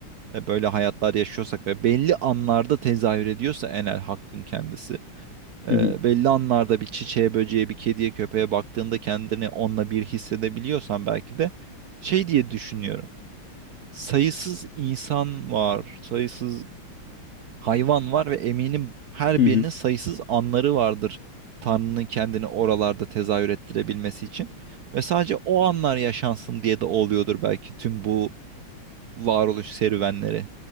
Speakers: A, on the right; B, on the left.
A: e, böyle hayatlar yaşıyorsak ve belli anlarda tezahür ediyorsa enel hakkın kendisi. e,
B: hı hı.
A: belli anlarda bir çiçeğe, böceğe, bir kediye, köpeğe baktığında kendini onunla bir hissedebiliyorsan belki de şey diye düşünüyorum sayısız insan var, sayısız hayvan var ve eminim her
B: hı hı.
A: birinin sayısız anları vardır Tanrı'nın kendini oralarda tezahür ettirebilmesi için. Ve sadece o anlar yaşansın diye de oluyordur belki tüm bu varoluş serüvenleri.